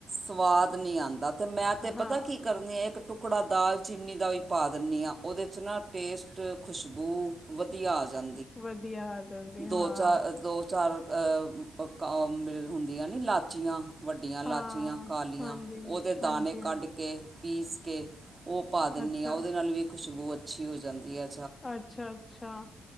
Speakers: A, on the right; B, on the left.
A: ਸਵਾਦ ਨੀ ਆਂਦਾ ਤੇ ਮੈਂ ਤੇ
B: ਹਾਂ
A: ਪਤਾ ਕੀ ਕਰਨੀ ਆ ਇਕ ਟੁਕੜਾ ਦਾਲ ਚੀਨੀ ਦਾ ਵੀ ਪਾ ਦਿੰਨੀ ਆ ਓਦੇ ਚ ਨਾ ਟੇਸਟ, ਖੁਸ਼ਬੂ ਵਧੀਆ ਆ ਜਾਂ
B: ਵਧੀਆ। ਜਾਂਦੀ ਹਾਂ
A: ਦੋ ਚਾਰ ਦੋ ਚਾਰ ਅ ਕ ਮ ਹੁੰਦੀਆਂ ਨੀ ਲਾਚੀਆਂ। ਵੱਡੀਆਂ ਲਾਚੀਆਂ
B: ਹਾਂ
A: ਕਾਲੀਆਂ
B: ਹਾਂਜੀ-ਹਾਂਜੀ
A: ਓਦੇ ਦਾਣੇ ਕੱਢ ਕੇ ਪੀਸ ਕੇ ਓ ਪਾ ਦਿੰਨੀ
B: ਅੱਛਾ
A: ਆ ਓਦੇ ਨਾਲ ਵੀ ਖੁਸ਼ਬੂ ਅੱਛੀ ਹੋ ਜਾਂਦੀ ਐ।
B: ਅੱਛਾ-ਅੱਛਾ